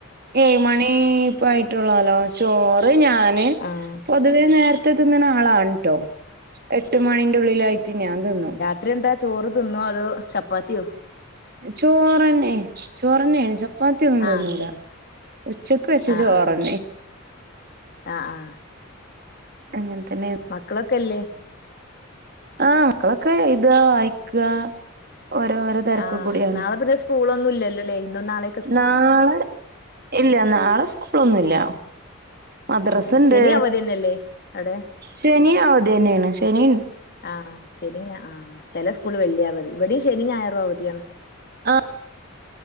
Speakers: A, on the right; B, on the left.
A: ഏയ് മണീ പ്പായിട്ടുള്ളല്ലോ ചോറ് ഞാന്
B: ആഹ്
A: പൊതുവേ നേരത്തെ തിന്നുന്ന ആളാണ് ട്ടോ എട്ട് മണിന്റെ ഉള്ളിലായിട്ട് ഞാൻ തിന്നും
B: ഇത് എന്താ ചോറ് തിന്നോ അതോ ചപ്പാത്തിയോ
A: ചോറന്നെ ചോറും നെയ് ചോ ചപ്പാത്തിയൊന്നും
B: ആഹ്
A: തിന്നൂല
B: ചോറ്
A: ഉച്ചക്ക് വെച്ച
B: ആഹ്
A: ചോറന്നെ
B: ആഹ് ആഹ് ആഹ്
A: അങ്ങനെ തന്നെയാ
B: മക്കളൊക്കെ ഇല്ലേ
A: ആഹ് മക്കളൊക്കെ എയ്തുവാ വായിക്കോക ഓരോരോ തിരക്ക്
B: ആഹ്
A: കൂടിയാണ്
B: നാളെ പിന്നെ സ്കൂളൊന്നും ഇല്ലല്ലോലെ ഇന്നും നാളേം
A: നാളെ ഇല്ല നാളെ സ്കൂളൊന്നുംല്ല മദ്രാസയുണ്ട്
B: ആഹ് ശനി അവധിന്നെല്ലേ അവിടെ
A: ശെനിം അവധി തന്നെയാണ് ശനിയും
B: ആഹ് ശനി ഞാ ആഹ് ചെല സ്കൂള് വെള്ളി അവധി ഇവിടെയും ശനിം ഞായറും അവധിയാണ്
A: ആഹ്